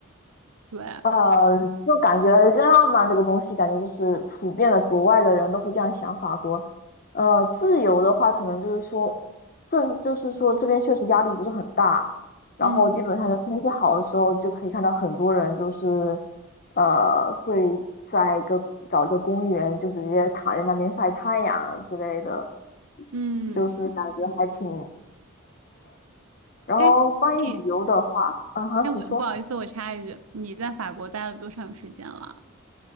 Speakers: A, on the right; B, on the left.
A: 对。
B: 呃，就感觉浪漫这个东西，感觉就是普遍的，国外的人都会这样想法国。呃，自由的话，可能就是说，正就是说这边确实压力不是很大，然后基本上就天气好的时候，
A: 嗯
B: 就可以看到很多人就是，呃，会在一个找一个公园，就直接躺在那边晒太阳之类的，
A: 嗯，
B: 就是感觉还挺然后关于旅游的话，
A: 哎，你，
B: 啊哈，
A: 哎，我不好意思，
B: 你说，
A: 我插一句，你在法国待了多长时间了？